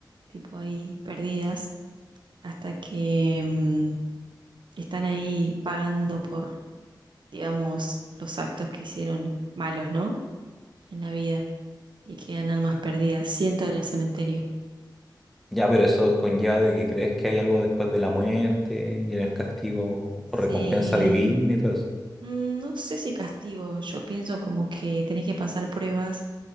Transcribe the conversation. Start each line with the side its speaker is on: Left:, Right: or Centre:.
Right: tipo ahí perdidas, hasta que mm, están ahí pagando por, digamos, los actos que hicieron malos, ¿no? En la vida, y quedan almas perdidas, siento en el cementerio.
Centre: Ya, pero eso conlleva de que crees que hay algo después de la muerte y en el castigo
Right: Se
Centre: o recompensa divina y todo eso.
Right: Mm, No sé si castigo, yo pienso como que tenés que pasar pruebas